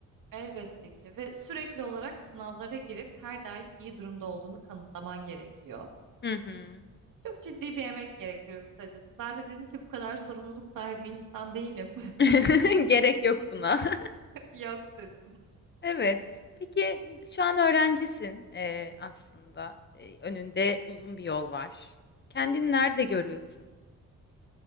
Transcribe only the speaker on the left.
Hı hı.
<laughs> Gerek yok buna. <laughs>
Evet. Peki şu an öğrencisin eee, aslında. Eee, önünde uzun bir yol var. Kendini
nerede görüyorsun?